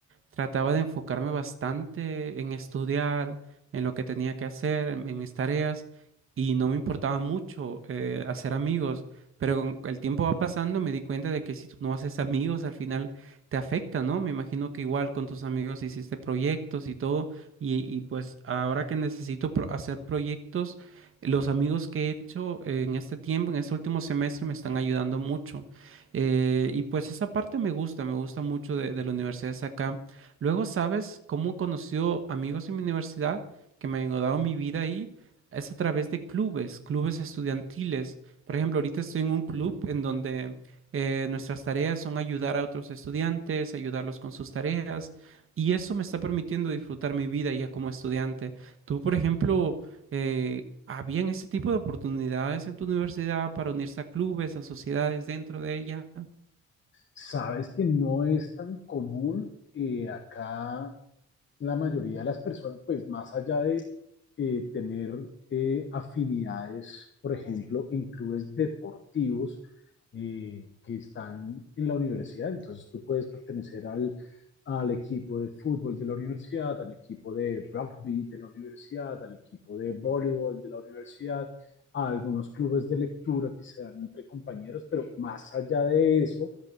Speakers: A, on the right; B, on the left.
A: Trataba de enfocarme bastante en estudiar, en lo que tenía que hacer, en, en mis tareas, y no me importaba mucho eh, hacer amigos. Pero con el tiempo va pasando, me di cuenta de que si tú no haces amigos, al final te afecta, ¿no? Me imagino que igual con tus amigos hiciste proyectos y todo, y, y pues ahora que necesito pro- hacer proyectos, los amigos que he hecho eh, en este tiempo, en este último semestre, me están ayudando mucho. Eh, y pues esa parte me gusta, me gusta mucho de de la universidad de acá. Luego, ¿sabes cómo he conocido amigos en mi universidad que me han dado mi vida ahí? Es a través de clubes, clubes estudiantiles. Por ejemplo, ahorita estoy en un club en donde eh, nuestras tareas son ayudar a otros estudiantes, ayudarlos con sus tareas, y eso me está permitiendo disfrutar mi vida ya como estudiante. Tú, por ejemplo, eh, ¿habían este tipo de oportunidades en tu universidad para unirse a clubes, a sociedades dentro de ella?
B: Sabes que no es tan común eh, acá la mayoría de las personas, pues más allá de eh, tener eh, afinidades, por ejemplo, en clubes deportivos eh, que están en la universidad, entonces tú puedes pertenecer al, al equipo de fútbol de la universidad, al equipo de rugby de la universidad, al equipo de voleibol de la universidad, a algunos clubes de lectura que se dan entre compañeros, pero más allá de eso,